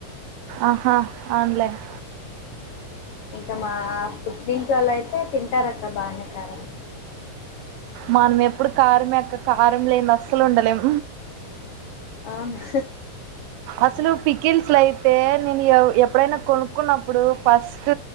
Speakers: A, on the right (about 80°); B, on the left (about 80°).
A: ఆహా ఆన్లైన్
B: ఇంక మా పుట్టింట్లోలయితే తింటారు అక్క బానే కారం
A: మనం ఎప్పుడు కారమే అక్క కారం లేంది అస్సలు ఉండలేం
B: అవునా
A: అసలు పికిల్స్ లై తే నేను ఎప్పుడైనా కొనుక్కున్నప్పుడు ఫస్ట్